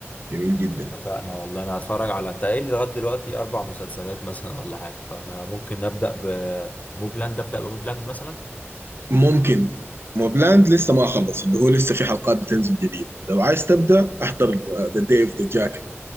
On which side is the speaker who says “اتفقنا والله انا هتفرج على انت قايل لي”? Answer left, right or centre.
Left